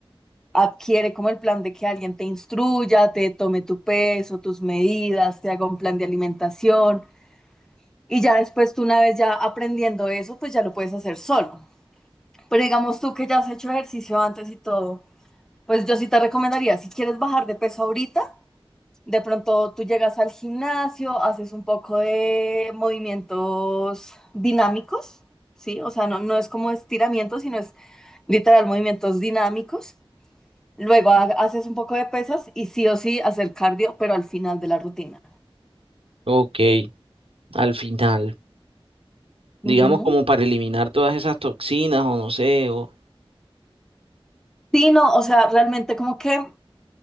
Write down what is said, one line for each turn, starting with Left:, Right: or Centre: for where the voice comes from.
Centre: adquiere como el plan de que alguien te instruya, te tome tu peso, tus medidas, te haga un plan de alimentación y ya después tú una vez ya aprendiendo eso, pues ya lo puedes hacer solo. Pero digamos tú que ya has hecho ejercicio antes y todo, pues yo sí te recomendaría, si quieres bajar de peso ahorita, de pronto tú llegas al gimnasio, haces un poco de movimientos dinámicos, ¿sí? O sea, no, no es como estiramiento, sino es literal movimientos dinámicos Luego ha- haces un poco de pesas y sí o sí hacer cardio, pero al final de la rutina.
Right: Ok, al final,
Centre: Ujú.
Right: digamos como para eliminar todas esas toxinas o no sé, o
Centre: Sí, no, o sea, realmente como que